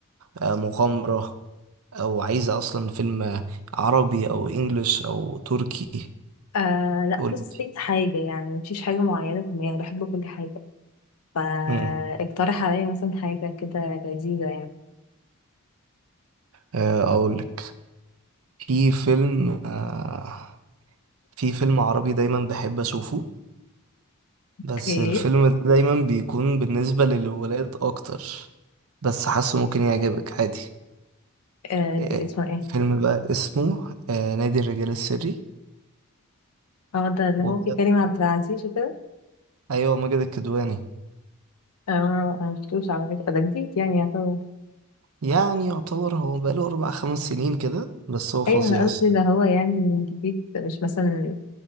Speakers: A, on the right; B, on the left.
A: أه مغامرة او عايزة اصلا فيلم عربي او انجليش او تركي
B: آه لا
A: قولي
B: بص اي حاجة يعني مفيش حاجة معينة في دماغي أنا بحب كل حاجة فاقترح
A: مم.
B: عليا مثلا حاجة كده لذيذة يعني
A: أه اقولك في فيلم أه في فيلم عربي دايما بحب اشوفه بس
B: اوكي
A: الفيلم ده دايما بيكون بالنسبة للولاد اكتر بس حاسه ممكن يعجبك عادي
B: آه
A: أه
B: ده اسمه ايه
A: فيلم بقى اسمه أه نادي الرجال السري
B: اه ده اللي
A: و...
B: هو فيه كريم عبد العزيز وكده
A: ايوه ماجد الكدواني
B: اه انا مشفتوش على فكرة ده جديد يعني يعتبر
A: يعني يعتبر هو بقاله اربع خمس سنين كده بس هو فظيع
B: ايوه انا
A: الصراحة.
B: قلت ده هو يعني جديد مش مثلا